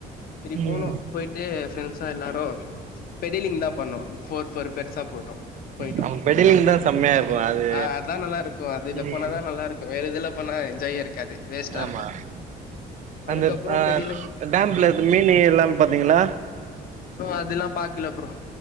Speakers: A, on the left; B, on the right.
A: சரி
B: ம்
A: போநோ போயிட்டு ஃப்ரெண்ட்ஸா எல்லாரும் பேடிலிங்காத பண்ண பௌர் பௌர் பெருசா போட்டோம் போயிட்டோம்
B: நம்ம பெடலிங் தா செம்மையா இருக்கு அது
A: அதான் நல்லா இருக்கும் அதுல
B: ம்
A: போனதா நல்லா இருக்கும் வேற இதுல பண்ண ஜாயா இருக்காது வேஸ்ட்டா
B: ஆமா
A: இருக்கும் அதுக்கப்புறம்
B: அந்த ஆ
A: பெடிலிக்கும்
B: டேம்ப்ல மீன் எல்லாமே பாத்தீங்களா
A: அதெல்லா பாக்கல ப்ரோ